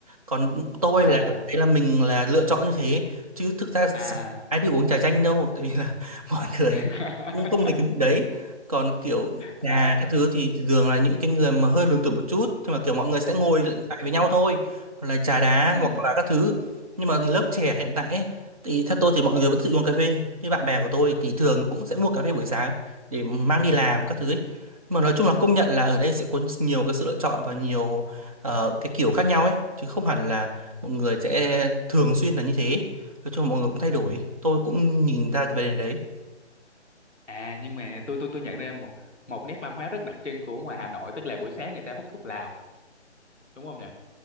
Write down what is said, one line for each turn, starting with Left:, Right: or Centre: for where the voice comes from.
Right: Còn tôi
Centre: à
Right: là đấy là mình là lựa chọn như thế chứ thực ra sáng
Centre: à
Right: ai đi uống trà chanh đâu tại vì là <laughs> mọi người
Centre: <laughs>
Right: cũng không đến cái mức đấy còn kiểu trà
Centre: à
Right: các thứ thì thường là những cái người mà hơi lớn tuổi một chút nhưng mà kiểu mọi người sẽ ngồi
Centre: ừ
Right: lại với nhau thôi hoặc là trà đá
Centre: ừ
Right: hoặc là các thứ nhưng mà lớp trẻ hiện tại ấy, thì theo tôi thì mọi người vẫn thích uống cà phê như bạn bè của tôi thì thường cũng sẽ mua cà phê buổi sáng để mang đi làm các thứ ấy nhưng mà nói chung là công nhận là ở đây sẽ có nhiều cái sự lựa chọn và nhiều ờ, cái kiểu khác nhau ấy chứ không hẳn là mọi người sẽ thường xuyên là như thế nói chung là mọi người cũng thay đổi tôi cũng nhìn ra cái vấn đề đấy
Centre: à nhưng mà tôi tôi tôi nhận ra một một nét văn hóa rất đặc trưng của ngoài Hà Nội tức là buổi sáng người ta hút thuốc lào đúng không nhỉ